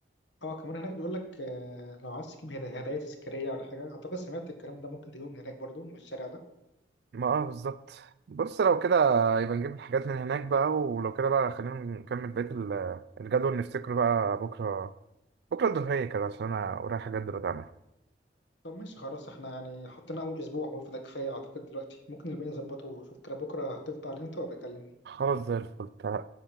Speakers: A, on the left; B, on the right.
A: اه كمان هناك بيقول لك آه لو عايز تجيب هدا- هدايا تذكاريه ولا حاجه اعتقد سمعت الكلام ده ممكن تجيبه من هناك برضه من الشارع ده
B: ما اه بالظبط بص لو كده يبقى نجيب الحاجات من هناك بقى ولو كده بقى خلينا نكمل بقية ال- الجدول نفتكره بقى بكرة بكرة الظهرية كده عشان انا ورايا حاجات دلوقتي اعملها
A: طب ماشي خلاص احنا يعني حطينا اول اسبوع هو فده كفايه اعتقد دلوقتي ممكن الباقي نظبطه شوف كده بكره هتفضى على امتى وابقى اكلمني
B: خلاص زي الفل